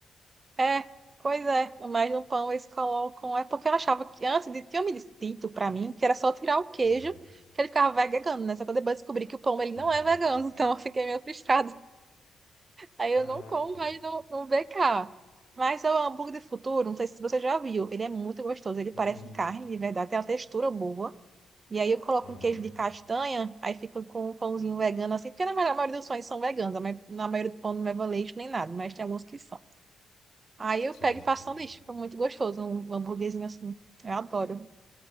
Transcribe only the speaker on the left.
Aham.
Sim,
sim,
sim.
Caraca.
Uh-uh.
Aham.
Sim,
sim,
sim.